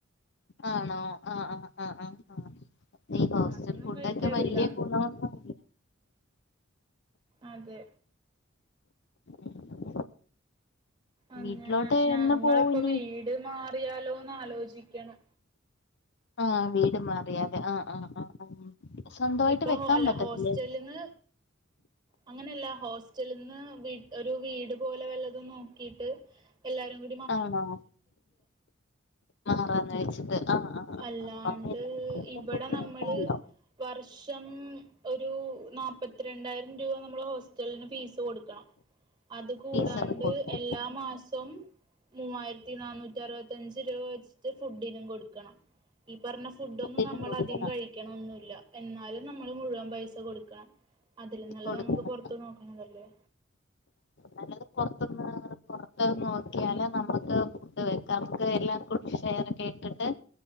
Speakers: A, on the left; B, on the right.
A: ആണോ ആഹ് ആഹ് ആഹ് ആഹ് ആഹ് ഈ ഹോസ്റ്റൽ
B: അതൊന്നും
A: ഫുഡൊക്കെ
B: കഴിക്കാറില്ല
A: വല്ല്യ ഗുണൊന്നും
B: അതെ
A: ഉം.
B: അങ്ങനെ
A: വീട്ടിലോട്ട്
B: ഞങ്ങള്പ്പൊ
A: എന്ന് പോവും ഇനി
B: വീട് മാറിയാലോന്ന് ആലോചിക്കാണ്
A: ആഹ് വീട് മാറിയാല് ആഹ് ആഹ് ആഹ് ആഹ് സ്വന്തമായിട്ട്
B: ഇപ്പൊ
A: വെക്കാൻ
B: അല്ല
A: പറ്റത്തില്ലേ
B: ഹോസ്റ്റലിന്ന് അങ്ങനെയല്ല ഹോസ്റ്റലിന്ന് വീ ഒരു വീട് പോലെ വല്ലതും നോക്കീട്ട് എല്ലാരും കൂ
A: ആണോ മാറാന്ന് വെച്ചിട്ട് ആഹ് ആഹ് ആഹ്
B: അല്ലാണ്ട് ഇവിടെ
A: അപ്പൊ
B: നമ്മള്
A: വെക്കാല്ലോ
B: വർഷം ഒരു നാപത്തിരണ്ടായിരം രൂപ നമ്മൾ ഹോസ്റ്റലിന് ഫീസ് കൊടുക്കണം അത് കൂടാണ്ട്
A: ഫീസൊക്കെ കൊടുക്കണം
B: എല്ലാ മാസോം മൂവായിരത്തി നാനൂറ്റി അറുപത്തി അഞ്ച് രൂപ വെച്ചിട്ട് ഫുഡിനും കൊടുക്കണം ഈ പറഞ്ഞ ഫുഡൊന്നും
A: ഫുഡിനും
B: നമ്മൾ
A: കൊടുക്കണം
B: കഴിക്കണോന്നുല്ല എന്നാലും നമ്മൾ മുഴുവൻ പൈസ കൊടുക്കണം അതിലും നല്ലത്
A: കൊടുക്കണം
B: നമുക്ക് പൊർ നോക്കണതല്ലേ
A: നല്ലത് പോർതിന്ന് പൊറുത്തു നോക്കിയാല് നമുക്ക് ഫുഡ്‌ വെക്ക നമുക്ക് എല്ലാരും കൂടി ഷെയറൊക്കെ ഇട്ടിട്ട്